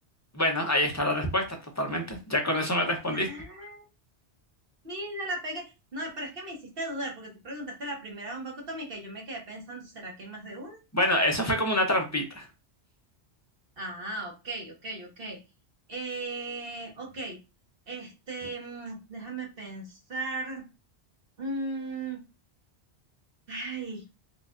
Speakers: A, on the left; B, on the right.
A: Bueno, ahí está la respuesta, totalmente. Ya con eso me respondiste.
B: Ah, mira, la pegué. No, pero es que me hiciste dudar, porque tú preguntaste la primera bomba atómica y yo me quedé pensando, ¿será que hay más de una?
A: Bueno, eso fue como una trampita.
B: Ah, ok, ok, ok. Eh, ok, este, mm, déjame pensar. Mm, ay,